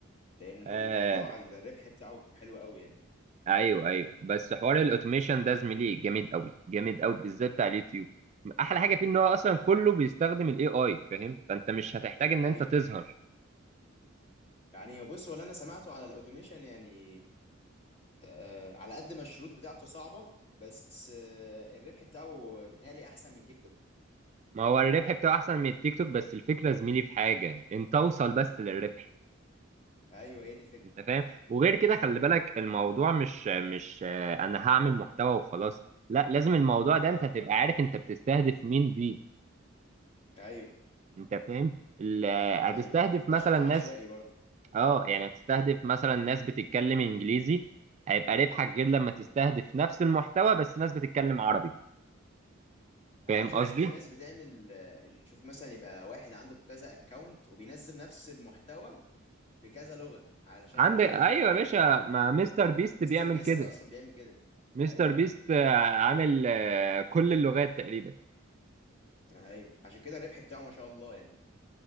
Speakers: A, on the left (about 30°); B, on the right (about 35°).
A: لان
B: آه
A: الموضوع الربح بتاعه حلو قوي يعني
B: ايوه ايوه بس حوار الاوتوميشن ده زميلي جامد قوي جامد قوي بالذات بتاع اليوتيوب احلى حاجه فيه ان هو اصلا
A: اه
B: كله بيستخدم الاي اي فاهم فانت مش هتحتاج ان
A: ايوه
B: انت تظهر
A: يعني بص ولا انا سمعته على الاوتوميشن يعني آه، على قد ما الشروط بتاعته صعبه بس آه، الربح بتاعه بيتهيألي احسن من تيك توك
B: ما هو الربح بتاعه احسن من التيك توك بس الفكره زميلي في حاجه انت اوصل بس للربح
A: ايوه هي دي الفكره
B: انت فاهم وغير كده خلي بالك الموضوع مش مش آه، انا هعمل محتوى وخلاص لا لازم الموضوع ده
A: اه
B: انت تبقى عارف انت بتستهدف مين بيه
A: ايوه
B: انت فاهم ال-
A: تبقى
B: آه، هتستهدف
A: ايوه ايوه تبقاش
B: مثلا ناس
A: عشوائي برضو
B: اه يعني هتستهدف مثلا ناس بتتكلم انجليزي هيبقى ربحك غير لما
A: آه.
B: تستهدف نفس المحتوى بس ناس بتتكلم عربي فاهم
A: انا شفت
B: قصدي
A: ناس بتعمل آه، شفت مثلا يبقى واحد عنده كذا اكونت وبينزل نفس المحتوى بكذا لغة علشان
B: عندك
A: ي...
B: ايوه
A: آه،
B: يا باشا ما مستر بيست
A: مستر
B: بيعمل
A: بيست
B: كده
A: اصلا بيعمل كده
B: مستر
A: ايوه
B: بيست آه، عامل آه، كل اللغات تقريبا
A: ايوه عشان كده الربح بتاعه ما شاء الله يعني